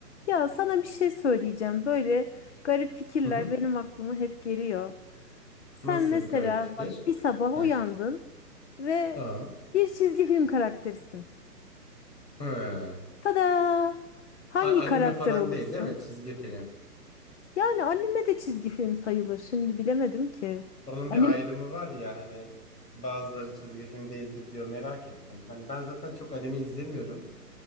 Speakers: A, on the left; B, on the left.
A: Ya sana bir şey söyleyeceğim. Böyle garip fikirler
B: Hı hı.
A: benim aklıma hep geliyor. Sen
B: Nasıl
A: mesela
B: bir garip fikir?
A: bak bir sabah
B: Heh,
A: uyandın ve
B: tamam.
A: bir çizgi film karakterisin.
B: Hı.
A: Tada! Hangi
B: A- Anime
A: karakter
B: falan
A: olursun?
B: değil değil mi? Çizgi film.
A: Yani anime de çizgi film sayılır. Şimdi bilemedim ki.
B: Onun
A: Anime.
B: bir ayrımı var ya hani bazıları çizgi film değildir diyor merak ettim. Hani ben zaten çok anime izlemiyorum.